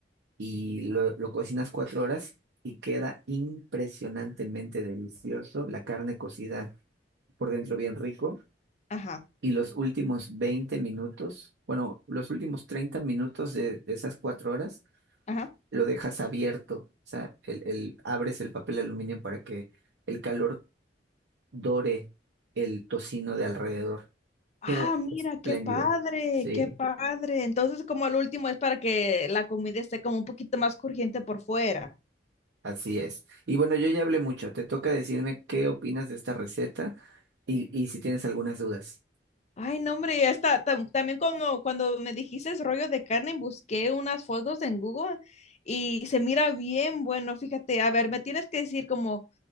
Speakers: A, on the right; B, on the left.
A: y lo, lo cocinas cuatro horas y queda impresionantemente delicioso. La carne cocida por dentro bien rico.
B: ajá,
A: Y los últimos 20 minutos, bueno, los últimos 30 minutos de, de esas cuatro horas,
B: ajá.
A: lo dejas abierto. O sea, el, el- abres el papel aluminio para que el calor dore el tocino de alrededor.
B: Ah,
A: Queda
B: mira,
A: espléndido.
B: qué padre,
A: Sí,
B: qué padre. Entonces, como el último es para que la comida esté como un poquito más crujiente por fuera.
A: así es. Y bueno, yo ya hablé mucho. Te toca decirme qué opinas de esta receta Y, y si tienes algunas dudas,
B: Ay, no, hombre, hasta tam- también como cuando me dijiste ese rollo de carne, busqué unas fotos en Google y se mira bien bueno. Fíjate, a ver, me tienes que decir como